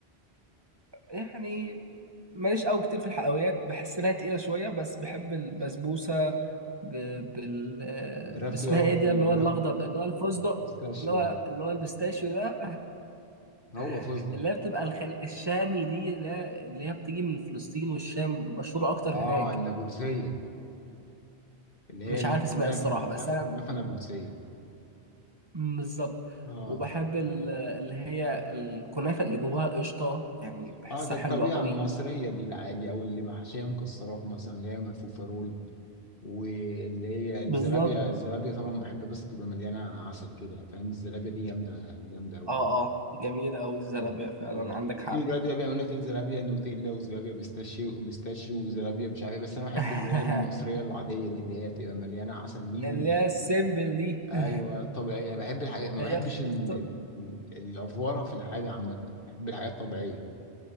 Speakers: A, on the right (about 25°); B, on the left (about 55°).
A: يعني ماليش قوي كتير في الحلويات بحس انها تقيله شويه بس بحب البسبوسه ب... بال آه،
B: جربت
A: باسمها ايه دي اللي
B: جربت
A: هو الاخضر اللي هو الفستق
B: بيستاشيو
A: اللي هو
B: اه
A: اللي هو البستاشيو ده
B: هو
A: <laughs>
B: فستق
A: اللي هي بتبقى الخل... الشامي دي اللي هي اللي هي بتيجي من فلسطين والشام مشهوره اكتر
B: اه
A: هناك
B: النابلسية اللي هي
A: مش
B: الكنافة
A: عارف اسمها ايه الصراحه
B: كنافة
A: بس انا
B: كنافة نابلسية
A: مم، بالظبط
B: اه
A: وبحب ال- اللي هي الكنافه اللي جواها قشطه يعني بحسها
B: اه ده الطبيعة
A: حلوه قوي
B: المصرية دي العادي او اللي محشية مكسرات مثلا اللي هي ملفوفة رول واللي هي الزلابية
A: بالظبط
B: الزلابية طبعا بحبها بس تبقى مليانة عسل كده فاهم الزلابية دي جامدة جامدة أوي
A: اه اه جميله قوي الزلابيه
B: آه.
A: فعلا عندك حق
B: في دلوقتي بقى بيعمل لك ايه زلابية نوتيلا وزلابية بيستاشيو وبيستاشيو وزلابية مش عارف إيه، بس انا بحب
A: <laughs>
B: اللي هي المصرية العادية دي اللي هي تبقى مليانة عسل دي
A: اللي
B: و...
A: هي السيمبل دي
B: ايوه
A: <laughs>
B: طبيعية انا بحب الحاجات ما
A: هي
B: بحبش
A: اخت-
B: ال...
A: اخت-
B: ال... ال- الافوارة في الحاجة عامة بحب الحاجات الطبيعية